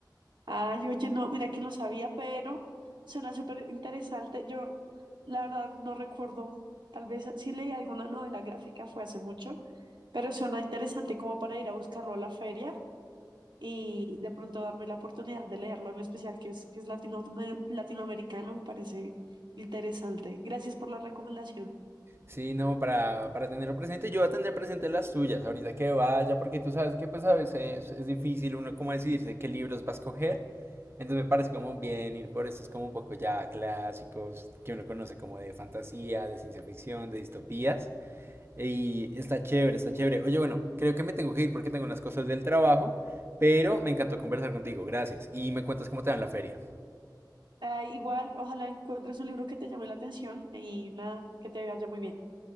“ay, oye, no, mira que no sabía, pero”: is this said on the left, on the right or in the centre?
Right